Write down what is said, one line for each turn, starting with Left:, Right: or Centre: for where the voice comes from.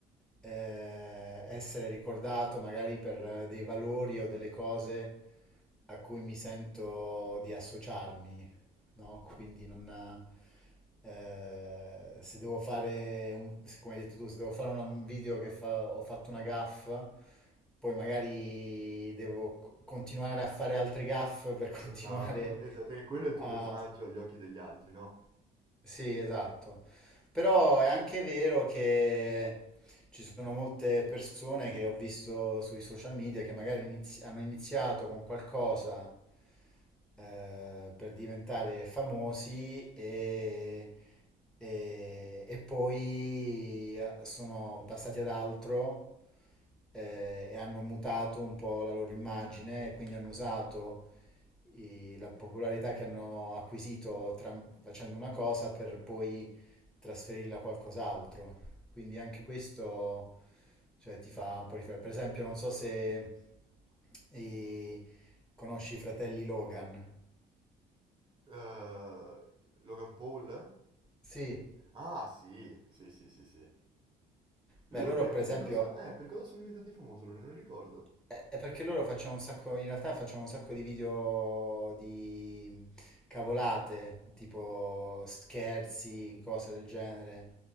Centre: eh, essere ricordato magari per dei valori o delle cose a cui mi sento di associarmi, no? Quindi non... Eh, se devo fare, un, come hai detto tu, se devo fare una- un video che fa- ho fatto una gaffa, poi magari devo co- continuare a fare altre gaffe per <laughs> continuare
Right: Esatto, <laughs> esa- perché quello è il tuo
Centre: a...
Right: personaggio agli occhi degli altri, no?
Centre: Sì, esatto. Però è anche vero che ci sono molte persone che ho visto sui social media che magari inizi- hanno iniziato con qualcosa eh, per diventare famosi e e, e poi eh, sono passati ad altro eh, e hanno mutato un po' la loro immagine e quindi hanno usato i- la popolarità che hanno acquisito tra- facendo una cosa per poi trasferirla a qualcos'altro. Quindi anche questo, cioè, ti fa un po' riflettere. Per esempio, non so se eh, conosci i fratelli Logan.
Right: Eh, Logan Paul?
Centre: Sì,
Right: Ah, sì, sì, sì, sì, sì.
Centre: beh,
Right: Loro
Centre: loro
Right: per,
Centre: per esempio
Right: per cosa, eh, per cosa sono diventati famosi? Loro non ricordo.
Centre: Eh, È perché loro facciamo un sacco, in realtà facciamo un sacco di video di cavolate, tipo scherzi, cose del genere,